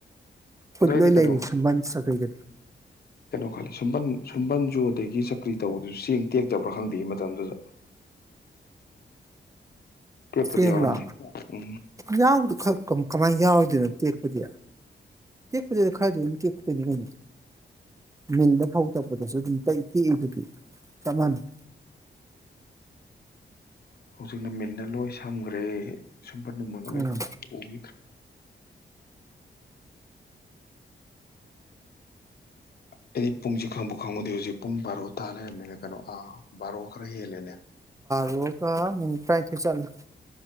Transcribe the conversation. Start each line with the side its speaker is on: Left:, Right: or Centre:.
Right: ꯀꯨꯠ
Left: ꯑꯗꯣ ꯑꯩꯗꯤ
Right: ꯂ ꯂꯅꯤꯁꯤ
Left: ꯀꯩꯅꯣ
Right: ꯃꯅꯤ ꯁꯀꯒ
Left: ꯈꯂꯦ ꯁꯨꯝꯕꯟ ꯁꯨꯝꯕꯟꯁꯨ ꯑꯗꯒꯤ ꯆꯀ꯭ꯔꯤ ꯇꯧꯕꯗꯨꯁꯨ ꯆꯦꯡ ꯇꯦꯛꯇꯕ꯭ꯔꯥ ꯈꯪꯗꯦ ꯃꯇꯝꯗꯨꯗ ꯀꯦꯄꯗꯤ
Right: ꯆꯦꯡꯂꯣ
Left: ꯑꯣꯏꯎꯔꯝꯅꯦ ꯎꯝ
Right: ꯌꯥꯎꯗ ꯀꯃꯥꯏꯅ ꯌꯥꯎꯔꯤꯗꯣꯏꯅꯣ ꯇꯦꯛꯄꯗꯤ ꯇꯦꯛꯄꯗꯨꯗ ꯈꯔꯗꯤ ꯑꯗꯨꯝ ꯇꯦꯛꯇꯣꯏꯅꯤ ꯀꯩꯅꯣ ꯃꯤꯜꯗ ꯐꯧ ꯇꯛꯄꯗꯁꯨ ꯑꯗꯨꯝ ꯇꯏ ꯇꯦꯛꯏꯗꯨꯗꯤ ꯆꯞ ꯃꯥꯟꯅꯩ
Left: ꯍꯧꯖꯤꯛ ꯅ ꯃꯤꯟꯅ ꯂꯣꯏ ꯁꯝꯈ꯭ꯔꯦ ꯁꯝꯄꯔ ꯅꯨ ꯃꯉꯂꯣꯏ
Right: ꯎꯝ
Left: ꯑꯣꯕꯤ ꯊ꯭ꯔ ꯑꯩꯗꯤ ꯄꯨꯡꯁꯦ ꯈꯪꯕꯨ ꯈꯪꯉꯨꯗꯦ ꯍꯧꯖꯤꯛ ꯄꯨꯡ ꯕꯥꯔꯣ ꯇꯥ ꯂꯩꯔꯝꯅꯤꯅ ꯀꯩꯅꯣ ꯑꯥ ꯕꯥꯔꯣ ꯈꯔ ꯍꯦꯜꯂꯦꯅꯦ
Right: ꯔꯣꯒ ꯃꯤ ꯄ꯭ꯔꯥꯏ ꯊ ꯆꯂ